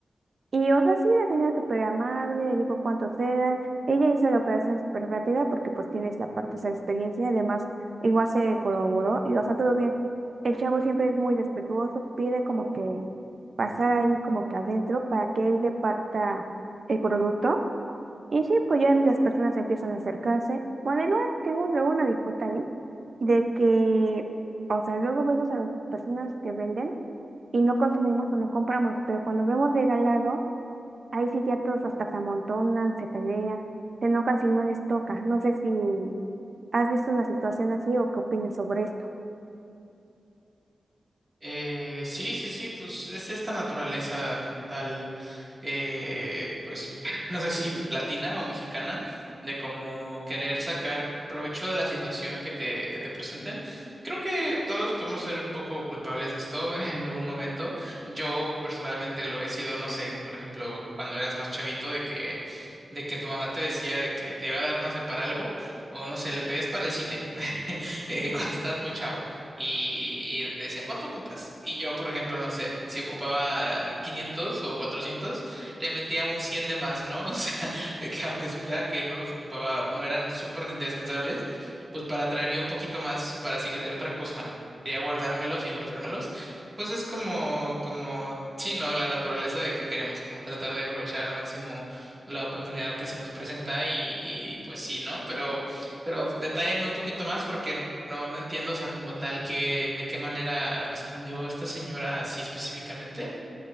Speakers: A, on the right; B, on the right.
A: Y, o sea, sí, la señora súper amable, le dijo cuántos eran. Ella hizo la operación súper rápida porque pues tienes la parte, esa experiencia. Además, igual se corroboró y, o sea, todo bien. El chavo siempre es muy respetuoso, pide como que pasar ahí como que adentro para que él departa el producto. Y sí, pues ya las personas empiezan a acercarse. Bueno, igual tengo luego una disputa ahí de que, o sea, luego vemos a las personas que venden y no consumimos o no compramos, pero cuando vemos regalado Ahí sí ya todos hasta se amontonan, se pelean, se enojan si no les toca. No sé si has visto una situación así o qué opinas sobre esto.
B: Eh, sí, sí, sí, pues es esta naturaleza como tal eh, pues <laughs> no sé si latina o mexicana, de como querer sacar provecho de la situación que te, que te presenten. Creo que todos podemos ser un poco culpables de esto <laughs> en algún momento. Yo personalmente lo he sido, no sé, por ejemplo, cuando eras más chavito, de que, de que tu mamá te decía de que te iba a dar, no sé, para algo, o no sé, le pedías para el cine, <laughs> eh, cuando estabas muy chavo y, y te decía, ¿cuánto ocupas? Y yo, por ejemplo, no sé, si ocupaba 500 o 400 le metía un 100 de más, ¿no? <laughs> O sea, de que aunque supiera que no los ocupaba, no eran súper indispensables, pues para traer yo un poquito más para si quisiera otra cosa, ¿no? Quería guardármelos y embolsármelos. Pues es como, como, sí, ¿no? La naturaleza de que queremos como tratar de aprovechar al máximo la oportunidad que se nos presenta y, y pues sí, ¿no? Pero, pero detállame un poquito más porque no, no entiendo, o sea, como tal, que, de qué manera respondió esta señora así específicamente.